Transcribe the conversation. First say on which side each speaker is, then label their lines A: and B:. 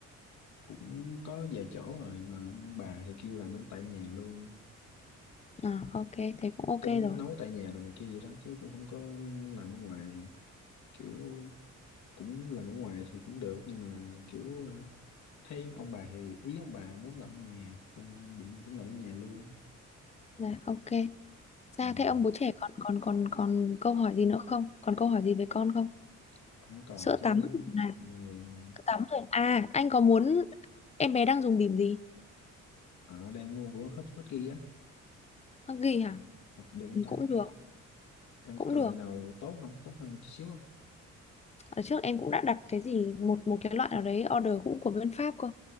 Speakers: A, on the left (about 70°); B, on the left (about 20°).
A: cũng có vài chỗ rồi mà ông bà thì kêu làm bên tại nhà luôn á.
B: à ok thế cũng ok
A: tính
B: rồi
A: nấu tại nhà rồi này kia gì đó chứ cũng không có làm ở ngoài kiểu cũng làm ở ngoài thì cũng được nhưng mà kiểu ờ, thấy ông bà thì ý ông bà muốn làm ở nhà cho nên anh định cũng làm ở nhà luôn
B: dạ ok Sao
A: ừ.
B: thế ông bố trẻ còn còn còn còn câu hỏi gì nữa không? Còn câu hỏi gì về con không?
A: cũng còn
B: Sữa
A: chứ
B: tắm này,
A: nhiều này
B: sữa tắm rồi. À, anh có muốn em bé đang dùng bỉm gì?
A: họ đang mua của hết hết kia á
B: Huggies hả?
A: hợp, hợp được không
B: Ừ,
A: ta
B: cũng được,
A: em
B: cũng
A: có cái
B: được.
A: loại nào tốt không tốt hơn chút xíu không
B: Ở trước em cũng đã đặt cái gì một một cái loại nào đấy order cũng của bên Pháp cơ.